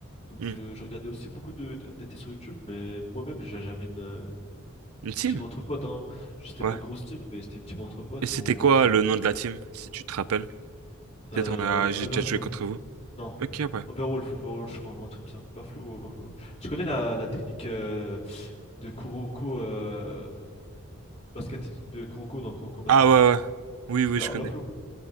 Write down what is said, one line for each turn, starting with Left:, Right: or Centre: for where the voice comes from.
Left: Donc
Right: Hmm.
Left: euh, je regardais aussi beaucoup de, de MDT sur YouTube, mais moi-même j'a- j'avais une, euh,
Right: Une
Left: une
Right: team?
Left: team entre potes. Hein. C'était
Right: Ouais.
Left: pas une grosse team, mais c'était une team entre potes
Right: Et c'était
Left: et on
Right: quoi
Left: faisait
Right: le
Left: des matchs
Right: nom
Left: de
Right: de
Left: team.
Right: la team, si tu te rappelles? Peut-être
Left: Euh,
Right: on a... j'ai
Left: Overflow.
Right: déjà joué contre vous.
Left: Non.
Right: Ok, ouais.
Left: Overwolf, Overwolf, je crois, un truc comme ça. Overflow, ou Overwolf. Tu connais la, la technique euh, de Kuroko euh, basket, de Kuroko dans Kuroko basket?
Right: Ah ouais, ouais. Oui,
Left: C'est
Right: oui,
Left: bien
Right: je
Left: Overflow.
Right: connais.